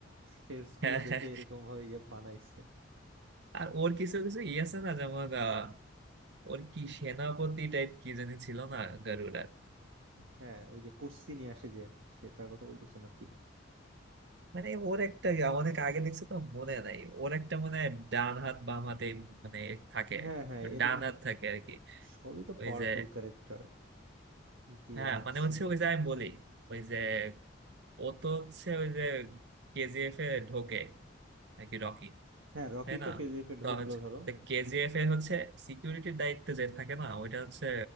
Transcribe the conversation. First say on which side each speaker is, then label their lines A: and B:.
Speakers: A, on the right; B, on the right.
A: ফেস গুলা
B: হ্যাঁ,
A: দেখে
B: হ্যাঁ।
A: এরকম ভাবে ইয়ে বানাইছে
B: আর ওর কিছু কিছু ই আছে না যেমন আহ, ওর কি সেনাপতি টাইপ কি জানি ছিল না গারুডার
A: হ্যাঁ ওই যে কুর্সি নিয়ে আসে যে সে তার কথা বলতেছে নাকি
B: মানে ওর একটা অনেক আগে দেখছি তো মনে নাই ওর একটা মানে ডান হাত বাম হাতে মানে থাকে
A: হ্যাঁ হ্যাঁ এরকম
B: ডান হাত থাকে আর কি
A: সবই তো
B: ওই
A: পাওয়ারফুল
B: যে
A: ক্যারেক্টার দিয়ে
B: হ্যাঁ
A: রাখছে
B: মানে হচ্ছে ওই যে আমি বলি ওই যে ও তো হচ্ছে ওই যে কেজিএফ এ ঢোকে নাকি রকি
A: হ্যাঁ রকি
B: তাই না
A: তো কেজিএফ এ
B: তো
A: ঢুকলো ধরো
B: কেজিএফ এ হচ্ছে সিকিউরিটির দায়িত্বে যে থাকে না ওইটা হচ্ছে